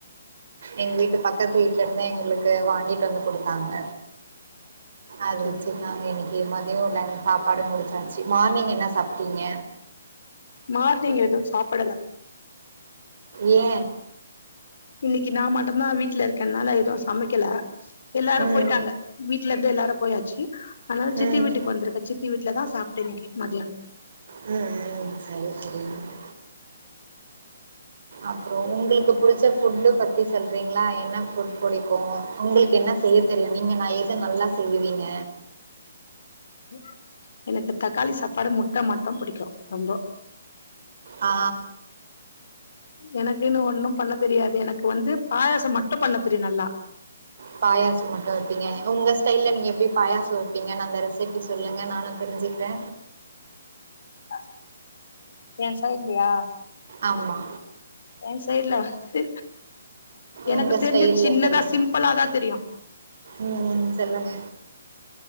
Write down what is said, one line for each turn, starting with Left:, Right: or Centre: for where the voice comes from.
Right: எங்க வீட்டு பக்கத்து வீட்ல இருந்து எங்களுக்கு வாங்கிட்டு வந்து குடுத்தாங்க அத வெச்சு
Left: ம்
Right: நாங்க இன்னிக் ப்புல்ல மதியோ லன்ச் சாப்பாடு முடுச்சாச்சு மார்னிங் என்ன சாப்டீங்க
Left: மார்னிங் எது சாப்படல
Right: ஏ
Left: இன்னைக்கு நா மட்டுந்தா வீட்ல இருக்கனால எது சமைக்கல எல்லாரு
Right: ம்
Left: போயிட்டாங்க வீட்ல இருந்து எல்லாரு போயாச்சு அதனால சித்தி
Right: ம்
Left: வீட்டுக்கு வந்துருக்க சித் சித்தி வீட்லதா சாப்ட இன்னிக்கு மதியானம்
Right: ம் ம் சரி சரிங்க தோழி அப்புறோ உங்களுக்கு புடுச்ச ஃபுட்டு பத்தி சொல்றீங்களா என்ன ஃபுட் புடிக்கு உங்களுக்கு என்ன செய்ய தெரியு நீங்க நா எது நல்லா செய்வீங்க
Left: <inaudible> எனக்கு தக்காளி சாப்பாடு முட்ட மட்டும் புடிக்கு ரொம்போ
Right: ஆ
Left: எனக்குன்னு ஒண்ணும் பண்ண தெரியாது எனக்கு வந்து பாயாசோ மட்டு பண்ண தெரியு நல்லா
Right: பாயாசோ மட்டு வெப்பீங்க உங்க ஸ்டைல்ல நீங்க எப்டி பாயாசோ வெப்பீங்க நா அந்த ரெசிபி சொல்லுங்க நானு தெருஞ்சுக்குற
Left: <unintelligible> இல்லையா
Right: ஆமா
Left: என் சைடு வந்து எனக்கு
Right: உங்க
Left: தெரிஞ்சு
Right: ஸ்டைல்ல
Left: சின்னதா
Right: சொல்லுங்க
Left: சிம்பிளாதா தெரியு
Right: ம் சொல்லுங்க